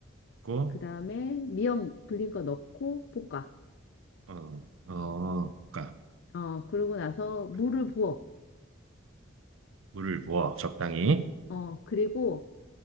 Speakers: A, on the right; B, on the left.
A: 고,
B: 그다음에 미역 불린 거 넣고 볶아.
A: 어, 어, 그까
B: 어, 그러고 나서 물을
A: 그, 그, 그.
B: 부어.
A: 물을 부어, 적당히.
B: 어, 그리고